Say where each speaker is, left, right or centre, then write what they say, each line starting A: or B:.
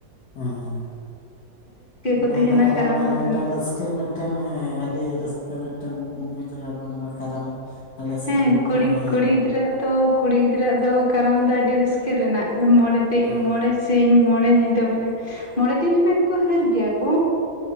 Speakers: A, on the left; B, on the left.
A: ᱦᱸ
B: ᱠᱚ
A: ᱚᱱᱟ
B: ᱛᱟᱦᱮᱱᱟ
A: ᱫᱚ ᱠᱟᱨᱟᱢ ᱨᱮᱱᱟᱜ
B: ᱦᱟᱹᱨ
A: ᱢᱤᱫᱴᱟᱝ ᱨᱟᱥᱠᱟᱹ ᱨᱟᱹᱥᱠᱟᱹᱟᱹᱰᱤ ᱨᱟᱹᱥᱠᱟᱹ ᱢᱤᱫ ᱵᱩᱡ ᱠᱟᱫᱟᱢ ᱢᱟ ᱠᱟᱨᱟᱢ ᱟᱞᱮ ᱥᱮᱫ
B: ᱦᱮᱸ
A: ᱵᱟᱹᱱᱩᱜᱼᱟ
B: ᱠᱩᱲᱤ
A: ᱦᱮᱸ
B: ᱠᱩᱲᱤ ᱜᱤᱫᱽᱨᱟᱹᱣᱟᱜ ᱫᱚ ᱠᱩᱲᱤ ᱜᱤᱫᱽᱨᱟᱹᱣᱟᱜ ᱫᱚ ᱠᱟᱨᱟᱢ ᱫᱚ ᱟᱹᱰᱤ ᱨᱟᱹᱥᱠᱟᱹ ᱨᱮᱱᱟᱜ ᱢᱚᱬᱮ ᱛᱮ
A: ᱦᱮᱸ
B: ᱢᱚᱬᱮ ᱥᱤᱧ ᱢᱚᱬᱮ ᱧᱤᱫᱟᱹ ᱢᱟᱱᱮ ᱢᱚᱬᱮ ᱫᱤᱱ ᱨᱮᱱᱟᱜ ᱜᱮ ᱠᱚ ᱦᱟᱹᱨ ᱜᱮᱭᱟ ᱠᱚ᱾